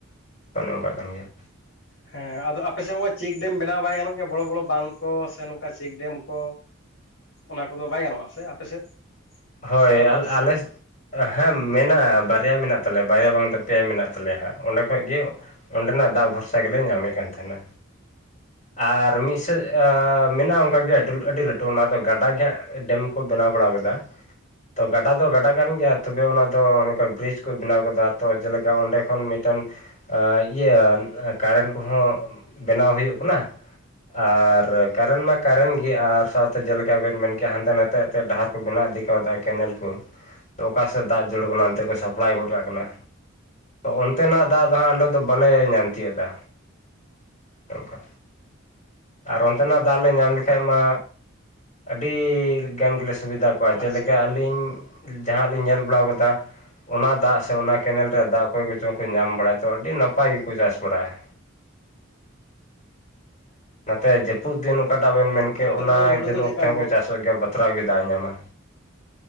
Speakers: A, on the left; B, on the left.
A: ᱛᱚ᱾ ᱚᱱᱮ ᱚᱱᱠᱟ ᱠᱟᱱ ᱜᱮᱭᱟ
B: ᱦᱮᱸ ᱟᱫᱚ ᱟᱯᱮ ᱥᱮᱫ ᱦᱚᱸ ᱪᱮᱠ ᱰᱮᱢ ᱵᱮᱱᱟᱣ ᱵᱟᱭ ᱜᱟᱱᱚᱜ ᱜᱮᱭᱟ ᱵᱚᱲᱚ ᱵᱚᱲᱚ ᱵᱟᱸᱫ ᱠᱚ ᱥᱮ ᱱᱚᱝᱠᱟ ᱪᱮᱠ ᱰᱮᱢ ᱠᱚ᱾ ᱚᱱᱟ ᱠᱚᱫᱚ ᱵᱟᱭ ᱜᱟᱱᱚᱜᱼᱟ ᱥᱮ ᱟᱯ ᱥᱮᱫ?
A: ᱦᱳᱭᱞ
B: ᱥᱚᱨᱠᱟᱨ ᱯᱟᱦᱴᱟ
A: ᱟᱞ
B: ᱥᱮᱫ
A: ᱟᱞᱮ ᱦᱮᱸ ᱢᱮᱱᱟᱜᱼᱟ ᱵᱟᱨᱭᱟ ᱢᱮᱱᱟᱜ ᱛᱟᱞᱮᱭᱟ ᱵᱟᱨᱭᱟ ᱵᱟᱝ ᱫᱚ ᱯᱮ ᱢᱮᱱᱟᱜ ᱛᱟᱞᱮᱭᱟ ᱦᱟᱸᱜ ᱚᱸᱰᱮ ᱠᱷᱚᱡ ᱜᱮ ᱚᱸᱰᱮᱱᱟᱜ ᱫᱟᱜ ᱵᱷᱚᱨᱥᱟ ᱜᱮᱞᱮ ᱧᱟᱢᱮᱫ ᱠᱟᱱ ᱛᱟᱦᱮᱱᱟ᱾ ᱟᱨ ᱢᱤᱫᱥᱮᱫ ᱢᱮᱱᱟᱜᱼᱟ ᱚᱱᱠᱟ ᱜᱮ ᱟᱴᱩᱞ ᱟᱹᱰᱤ ᱞᱟᱹᱴᱩ ᱚᱱᱟ ᱫᱚ ᱜᱟᱰᱟ ᱜᱮᱟᱜ ᱰᱮᱢ ᱠᱚ ᱵᱮᱱᱟᱣ ᱵᱟᱲᱟᱣ ᱟᱠᱟᱫᱟ᱾ ᱛᱚ ᱜᱟᱰᱟ ᱫᱚ ᱜᱟᱰᱟ ᱠᱟᱱ ᱜᱮᱭᱟ ᱛᱚᱵᱮ ᱚᱱᱟ ᱫᱚ᱾ ᱚᱱᱠᱟ ᱵᱨᱤᱡᱽ ᱠᱚ ᱵᱮᱱᱟᱣ ᱠᱟᱫᱟ ᱛᱚ, ᱡᱮᱞᱮᱠᱟ ᱚᱸᱰᱮ ᱠᱷᱚᱱ ᱢᱤᱫᱴᱮᱱ ᱟ ᱤᱭᱟᱹ ᱠᱟᱨᱮᱱᱴ ᱠᱚᱦᱚᱸ ᱵᱮᱱᱟᱣ ᱦᱩᱭᱩᱜ ᱠᱟᱱᱟ᱾ ᱟᱨ ᱠᱟᱨᱮᱱᱴ ᱢᱟ ᱠᱟᱨᱮᱱᱴ ᱜᱮ ᱟᱨ ᱥᱟᱶᱛᱮ ᱡᱮᱞᱮᱠᱟ ᱵᱮᱱ ᱢᱮᱱ ᱠᱮᱭᱟ ᱦᱟᱱᱛᱮ ᱱᱟᱛᱮ ᱛᱮ ᱰᱟᱦᱟᱨ ᱠᱚ ᱵᱮᱱᱟᱣ ᱤᱫᱤ ᱠᱟᱣᱫᱟ ᱠᱮᱱᱮᱞ ᱠᱚ ᱚᱠᱟ ᱥᱮᱫ ᱫᱟᱜ ᱡᱟᱹᱲᱩᱲ ᱠᱟᱱᱟ ᱚᱱᱛᱮ ᱠᱚ ᱥᱟᱯᱞᱟᱭ ᱜᱚᱫ ᱠᱟᱜ ᱠᱟᱱᱟ ᱚᱱᱛᱮᱱᱟᱜ ᱫᱟᱜ ᱫᱚ ᱦᱟᱸᱜ ᱟᱞᱮ ᱫᱚ ᱵᱟᱞᱮ ᱧᱟᱢ ᱛᱤᱭᱳᱜ ᱫᱟ ᱱᱚᱝᱠᱟ ᱟᱨ ᱚᱱᱛᱮᱱᱟᱜ ᱫᱟᱜ ᱞᱮ ᱧᱟᱢ ᱞᱮᱠᱷᱟᱡ ᱢᱟ ᱟᱹᱰᱤ ᱜᱟᱱ ᱜᱮᱞᱮ ᱥ ᱥᱩᱵᱤᱫᱷᱟ ᱠᱚᱜᱼᱟ, ᱡᱮᱞᱮᱠᱟ
B: ᱟᱪᱪᱷᱟ
A: ᱟᱹᱞᱤᱧ ᱡᱟᱦᱟᱸ ᱞᱤᱧ ᱧᱮᱞ ᱵᱟᱲᱟ ᱠᱟᱫᱟ᱾ ᱚᱱᱟ ᱫᱟᱜ ᱥᱮ ᱚᱱᱟ ᱠᱮᱱᱮᱞ ᱨᱮ ᱫᱟᱜ ᱚᱠᱚᱭ ᱠᱚᱪᱚᱝ ᱠᱚ ᱧᱟᱢ ᱵᱟᱲᱟᱭᱟ ᱛᱚ᱾ ᱟᱹᱰᱤ ᱱᱟᱯᱟᱭ ᱜᱮᱠᱚ ᱪᱟᱥ ᱵᱟᱲᱟᱭᱟ᱾ ᱱᱟᱚᱛᱮ ᱡᱟᱹᱯᱩᱫ ᱫᱤᱱ ᱚᱠᱟᱴᱟᱜ ᱵᱮᱱ
B: ᱦᱮᱸ
A: ᱢᱮᱱ
B: ᱛᱟᱦᱚᱞᱮ
A: ᱠᱮᱜ
B: ᱟᱯᱮ
A: ᱚᱱᱟ
B: ᱫᱚ ᱦᱩᱲᱩ
A: ᱫᱤᱱ
B: ᱫᱚ ᱪᱮᱫᱠᱟ
A: ᱚᱠᱛᱮ ᱦᱚᱸᱠᱚ ᱪᱟᱥᱚᱜ ᱜᱮᱭᱟ ᱵᱟᱛᱨᱟᱣ ᱜᱮ ᱫᱟᱜ ᱮ ᱧᱟᱢᱟ